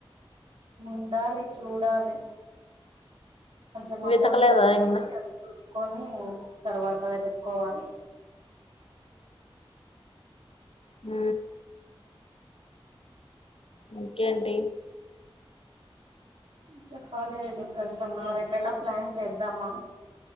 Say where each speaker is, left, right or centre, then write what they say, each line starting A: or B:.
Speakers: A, on the right (about 65°); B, on the left (about 80°).
A: ఉండాలి చూడాలి కొంచెం అమౌంట్
B: వెతకలేదా
A: తక్కువ
B: ఇంగా
A: ఉంది అది చూసుకొని తర్వాత వెతుక్కోవాలి
B: హ ఇంకేంటి
A: చెప్పాలి రెడ్డి ప్రసన్న రేపు ఎలా ప్లాన్ చేద్దామా